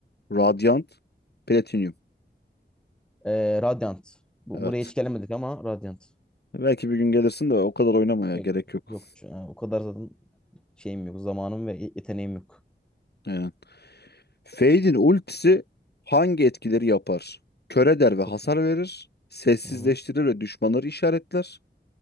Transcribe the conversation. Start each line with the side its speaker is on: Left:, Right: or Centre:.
Left: Radiant, Platinum.
Centre: Ee, Radiant. Bu,
Left: Evet.
Centre: buraya hiç gelemedik ama Radiant.
Left: Belki bir gün gelirsin de o kadar oynamaya
Centre: Yok,
Left: gerek yok.
Centre: yok. Ha, o kadar zaten şeyim yok. Zamanım ve yeteneğim yok.
Left: Aynen. Fade'in ultisi hangi etkileri yapar? Kör eder ve hasar
Centre: Çok
Left: verir. Sessizleştirir
Centre: Hı-hı.
Left: ve düşmanları işaretler.